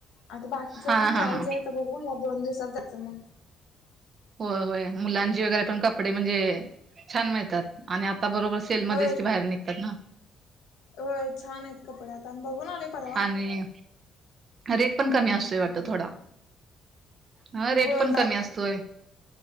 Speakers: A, on the left; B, on the right.
A: आता बाकीचं
B: हा
A: अजून जायचंय
B: हा हा
A: तर बघू या दोन दिवसात जायचं मग.
B: होय होय मुलांची वगैरे पण कपडे म्हणजे छान मिळतात. आणि आता बरोबर सेलमधेच
A: होय
B: ती बाहेर निघतात ना.
A: होय छान आहेत कपडे आता आम्ही बघून आलोय! परवा.
B: आणि रेट पण कमी असतोय वाटतं थोडा! ह रेट
A: होय
B: पण कमी असतोय